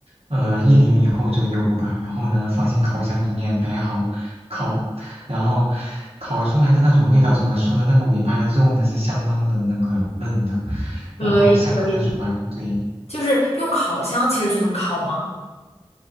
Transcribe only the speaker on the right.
呃，一厘米厚左右吧。然后呢，放进烤箱里面摆好烤，然后烤出来的那种味道怎么说呢？那个尾巴的肉呢是相当的那个嫩的，
然后相当的软。对，